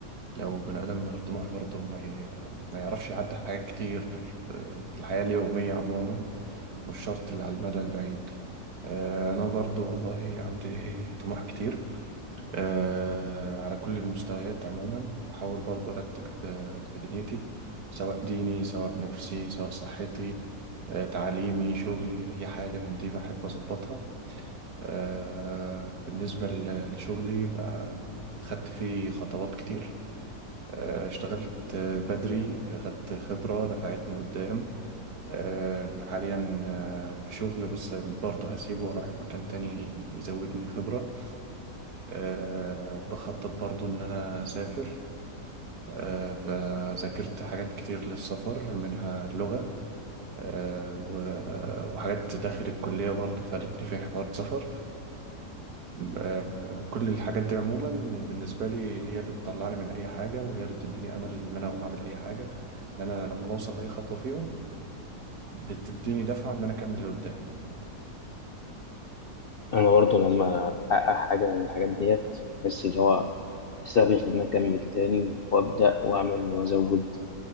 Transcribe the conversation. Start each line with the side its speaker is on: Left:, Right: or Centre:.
Right: لو بني آدم من غير طموح برضه ما, ي... ما يعرفش يعدي حاجات كتير آه، في الحياة اليومية عموما مش شرط اللي على المدى البعيد آه، أنا برضه والله عندي طموح كتير آه، على كل المستويات عموما بحاول برضه أرتب آه، في دنيتي سواء ديني سواء نفسي سواء صحتي آه، تعليمي شغلي أي حاجة من دي بحب أظبطها آه، بالنسبة ل- لشغلي بقى خدت فيه خطوات كتير آه، اشتغلت آه، بدري خدت خبرة نفعتني قدام آه، حاليا آه، في شغل بس برضه هسيبه وأروح لمكان تاني يزودني خبرة أه بخطط برضو إن أنا أسافر أه ب- ذاكرت حاجات كتير للسفر منها اللغة أه و- وحاجات داخل الكلية برضو فادتني في حوار السفر أه كل الحاجات دي عموما بالنسبة لي هي اللي بتطلعني من أي حاجة وهي اللي بتديني أمل إن أنا أقوم أعمل أي حاجة إن أنا لما بوصل لأي خطوة فيهم بتديني دفعة إن أنا أكمل لقدام
Left: انا برضه لما بحقق حاجه من الحاجات ديت بحس ان هو حسابي يخليني اكمل تاني وابدا واعمل وازود